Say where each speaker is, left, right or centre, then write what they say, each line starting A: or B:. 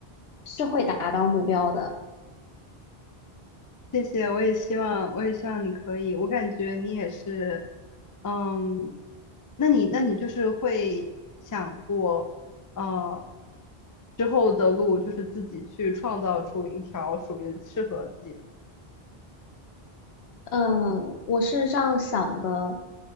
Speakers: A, on the left; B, on the left.
A: 是会达到目标的。
B: 谢谢，我也希望，我也希望你可以。我感觉你也是，嗯，那你，那你就是会想过，呃，之后的路就是自己去创造出一条属于适合自己的。
A: 嗯，我是这样想的，